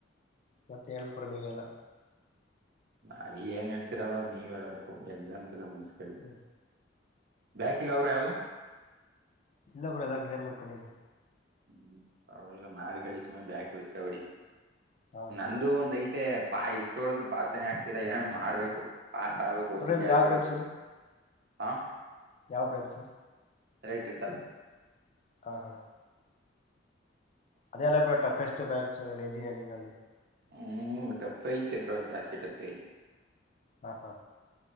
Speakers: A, on the left; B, on the right.
A: ಮತ್ತೆ ಹೇಳ್ಬಿುಡ ನೀವೆಲ್ಲಾ
B: ಅಡಿ ಏನ್ ಹೇಳ್ತಿರ ಅವ ನೀವ್ ಹೇಳಕು ಎಕ್ಸಾಮ್ಸ್ ಎಲ್ಲ ಮುಸ್ಕಡಿ
A: ಹ್ಮ್
B: ಬ್ಯಾಕ ಇಲ ಅವ್ರ ಯಾವವು
A: ಇಲ್ಲ ಬರ್ರ ಎಲ್ಲ ಕ್ಲಿಯರ್ ಮಾಡ್ಕೊಂಡೇನೆ
B: ಹ್ಮ್ ಪರವಾಗಿಲ್ಲ ಮಾರ್ಗಳಳಿ ಸುಮನೆ ಬ್ಯಾಗ ಕೊಳಸ್ಕಬೇಡಿ
A: ಹಾ
B: ನಂದು ಒಂದ್ ಐತೆ ಪಾಯ ಇಷ್ಟೋಳಿದ್ರು ಪಾಸನೆ ಆಗ್ತಿಲ್ಲ ಏನ ಮಾಡ್ಬೇಕು ಪಸ್ ಆಗ್ಬೇಕು ಓದ್
A: ಬ್ರೋ ನಿಮ್ದು
B: ಜಾಸ್ತಿ
A: ಯಾವ ಬ್ರಾಂಚ್
B: ಓದ
A: ಹೇಳಿ
B: ಹ
A: ಯಾವ ಬ್ರ್ಯಾಂಚ್
B: ರೈಟ್ರಿಕ್ದು
A: ಹಾ ಹಾ ಅದೇ ಅಲ್ಲ ಥಾಗೆಸ್ಟ್ ಬ್ರಾಂಚ್ಸ್ ಎಂಜಿನಿಯರಿಂಗ್ ಅಲ್ಲಿ
B: ಹ್ಮ್ ಟಫ ಐತೆ ಪ್ರ ದಾಸಿ ಟಫ ಐತಿ
A: ಹಾ ಹಾ